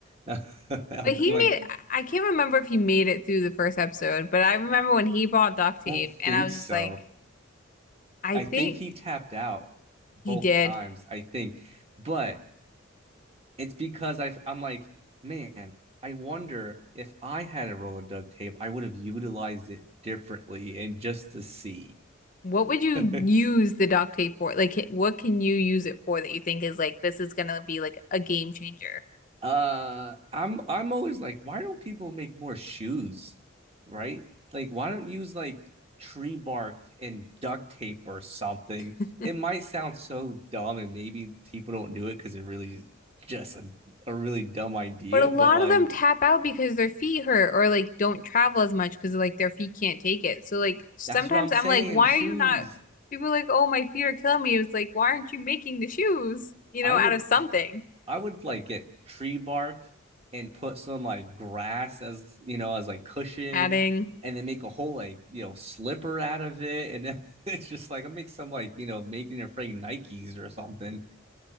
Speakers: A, on the right; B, on the left.
A: <laughs> And
B: But he
A: like,
B: made, I I can't remember if he made it through the first episode, but I remember when he brought duct tape,
A: don't think
B: and I was
A: so.
B: just like, I
A: I
B: think
A: think he tapped out both
B: he did.
A: times, I think. But it's because I've, I'm like, man, I wonder if I had a roll of duct tape, I would have utilized it differently and just to see.
B: What would you
A: <laughs>
B: use the doc tape for? Like, what can you use it for that you think is like, this is gonna be like a game changer?
A: Uh, I'm I'm always like, why don't people make more shoes, right? Like, why don't you use like tree bark and duct tape or something?
B: <laughs>
A: It might sound so dumb, and maybe people don't do it because it really is just a, a really dumb idea,
B: But a lot
A: but like
B: of them tap out because their feet hurt or like don't travel as much because like their feet can't take it. So like sometimes
A: that's what I'm
B: I'm
A: saying.
B: like, why
A: Shoes.
B: are you not? People are like, oh, my feet are killing me. It's like, why aren't you making the shoes, you
A: I
B: know,
A: would
B: out of something?
A: I would like get tree bark and put some like grass as you know as like cushion,
B: Adding,
A: and then make a whole like you know slipper out of it, and then <laughs> it's just like I make some like you know making your friend Nikes or something.